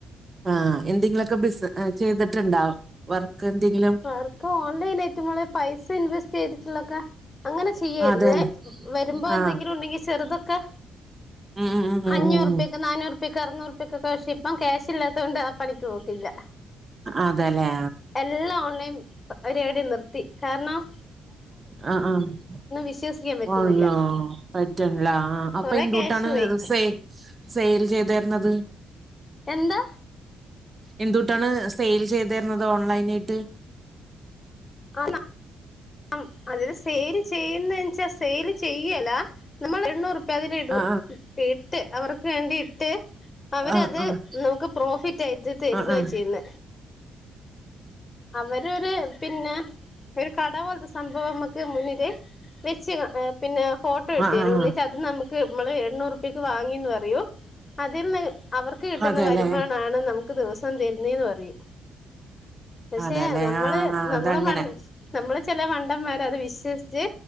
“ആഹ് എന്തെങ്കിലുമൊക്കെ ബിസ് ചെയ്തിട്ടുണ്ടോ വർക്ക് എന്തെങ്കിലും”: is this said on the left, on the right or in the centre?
Right